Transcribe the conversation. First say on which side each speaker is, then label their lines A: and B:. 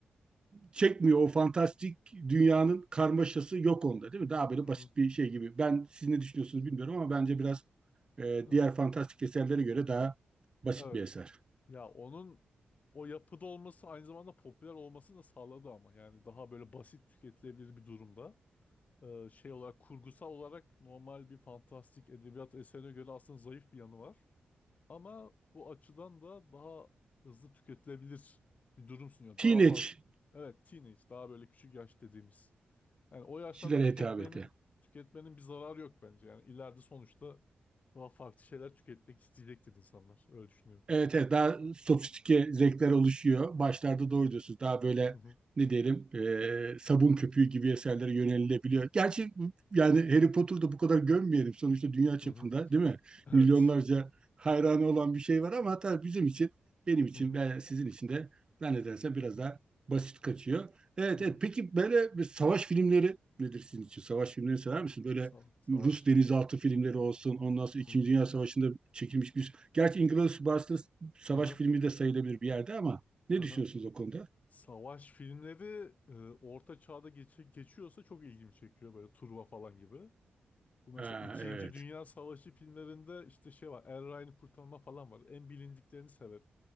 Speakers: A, on the right; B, on the left.
A: çekmiyor o fantastik dünyanın karmaşası yok onda değil mi? Daha böyle
B: Hı
A: basit bir şey gibi. Ben siz ne düşünüyorsunuz bilmiyorum ama bence biraz e,
B: hı.
A: diğer fantastik eserlere göre daha basit
B: Evet.
A: bir eser.
B: Ya onun o yapıda olması aynı zamanda popüler olmasını da sağladı ama yani daha böyle basit tüketilebilir bir durumda. Ee, şey olarak kurgusal olarak normal bir fantastik edebiyat eserine göre aslında zayıf bir yanı var. Ama bu açıdan da daha hızlı tüketilebilir bir durum sunuyor.
A: Teenage'çilere
B: Daha fazla evet teenage daha böyle küçük yaş dediğimiz. Yani o yaşlarda
A: hitabeti.
B: tüketmenin tüketmenin bir zararı yok bence. Yani ileride sonuçta daha farklı şeyler tüketmek isteyecektir insanlar. Öyle düşünüyorum.
A: Evet, evet daha sofistike zevkler oluşuyor. Başlarda doğru diyorsunuz. Daha böyle
B: <laughs>
A: ne diyelim e, sabun köpüğü gibi eserlere yönelilebiliyor. Gerçi yani Harry Potter'da bu kadar gömmeyelim. Sonuçta dünya çapında
B: Hı hı.
A: değil mi?
B: Evet.
A: Milyonlarca hayranı olan bir şey var ama hatta bizim için, benim için,
B: Hı hı.
A: ben, sizin için de zannedersem biraz daha basit kaçıyor. Evet,
B: Hı
A: evet.
B: hı.
A: Peki böyle bir savaş filmleri nedir sizin için? Savaş filmlerini sever misiniz? Böyle
B: Sa- savaş.
A: Rus denizaltı filmleri olsun. Ondan sonra İkinci
B: Hı.
A: Dünya Savaşı'nda çekilmiş bir... Gerçi Inglourious Basterds savaş
B: Aha.
A: filmi de sayılabilir bir yerde ama ne
B: Aha.
A: düşünüyorsunuz o konuda?
B: Savaş filmleri e, Orta Çağ'da geçe- geçiyorsa çok ilgimi çekiyor böyle Turva falan gibi. Bu mesela
A: Ha,
B: İkinci
A: evet.
B: Dünya Savaşı filmlerinde işte şey var Er Ryan'ı kurtarma falan var. En bilindiklerini severim.